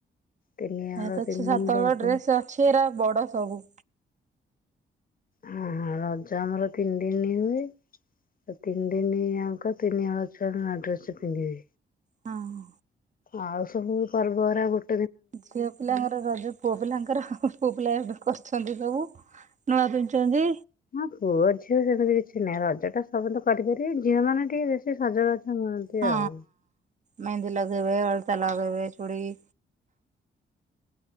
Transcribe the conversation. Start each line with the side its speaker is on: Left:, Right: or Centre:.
Left: ତିନି ହଳ
Right: ଏ ତ
Left: ତିନି
Right: ଅଛି ସାତହଳ
Left: ଦିନ ରଜ
Right: ଡ୍ରେସ ଅଛି ଏରା ବଡ ସବୁ।
Left: ହ ହ ରଜ ଆମର ତିନି ଦିନ ହୁଏ। ତିନି ଦିନି ଯାକ ତିନି ହଳ ଛୁଆଆ ଡ୍ରେସ ପିନ୍ଧିବେ।
Right: ହଁ।
Left: ଆଉ ସବୁ ପର୍ବ ହରା ଗୋ
Right: ଝିଅ ପିଲାଙ୍କର ରଜ ପୁଅପିଲାଙ୍କର ପୁଅପିଲା ଏବେ କରୁଛନ୍ତି ସବୁ ନୂଆ ପିନ୍ଧୁଛନ୍ତି।
Left: ହଁ ପୁଅ ଝିଅ ସେମିତି କିଛି ନାହିଁ ରଜ ଟା ସବୁ ତ କରିପାରିବେ ଝିଅ ମାନେ ଟିକେ ବେଶି ସଜବାଜ ହୁଅନ୍ତି।
Right: ହଁ
Left: ଆଉ।
Right: ମେହେନ୍ଦି ଲଗେଇବେ ଅଳତା ଲଗେଇବେ ଚୁଡ଼ି